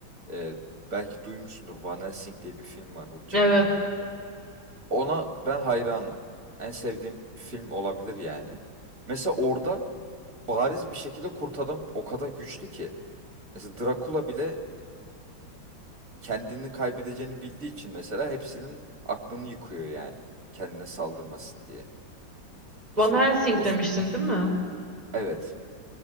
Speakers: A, on the right; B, on the right.
A: Ee, belki duymuşsundur. Van Helsing diye bir film var Hugh Jackman'ın
B: Evet.
A: oynadığı. Ona ben hayranım. En sevdiğim film olabilir yani. Mesela orada bariz bir şekilde Kurt Adam o kadar güçlü ki. Mesela Drakula bile kendini kaybedeceğini bildiği için mesela hepsinin aklını yıkıyor yani. Kendine saldırmasın diye. İşte
B: Van Helsing
A: o
B: demiştin değil mi?
A: evet.